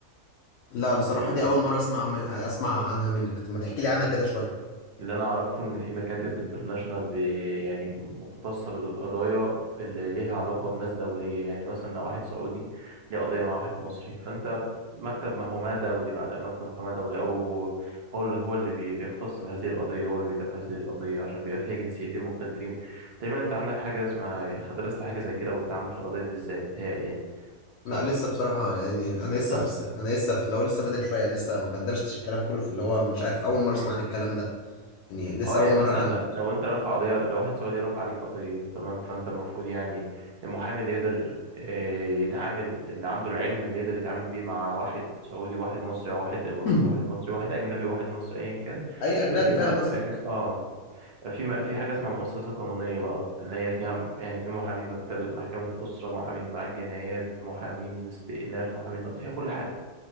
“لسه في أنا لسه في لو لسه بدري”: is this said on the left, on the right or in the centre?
Left